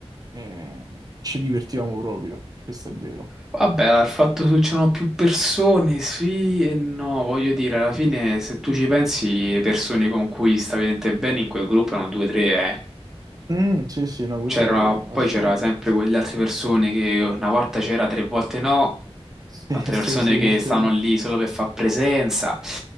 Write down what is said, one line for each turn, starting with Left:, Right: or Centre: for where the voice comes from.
Right: eh, ci divertivamo proprio, questo è vero.
Centre: Vabbè, il fatto che c'erano più persone, sì e no, voglio dire, alla fine se tu ci pensi, le persone con cui stavi veramente bene in quel gruppo erano due o tre, eh.
Right: Mm, sì, sì, no, questo
Centre: C'era,
Right: è vero, assolutamente.
Centre: poi c'era sempre
Right: <laughs>
Centre: quelle altre persone che una volta c'era, tre volte no,
Right: Sì,
Centre: altre
Right: sì,
Centre: persone
Right: sì,
Centre: che
Right: confermo.
Centre: stanno lì solo per far presenza.